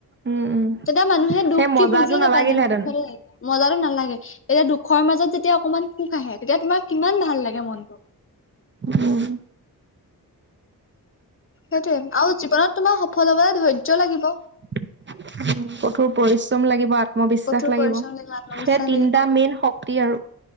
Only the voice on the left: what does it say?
তেতিয়া মানুহে দুখ
কি বুজি
নাপায় পখৰৰে য মজাো নালাগে এতিয়া দুখৰ মাজত যেতিয়া অকমান সুখ আহে তেতিয়া তোমাৰ কিমান ভাল লাগে মনটো
সেইটোোৱে আৰু জীৱনত তোমাৰ সফল হবলৈ ধৈৰ্য লাগিব
কঠোৰ
পৰিশ্ৰম আত্মবিশ্বাস
লাগিব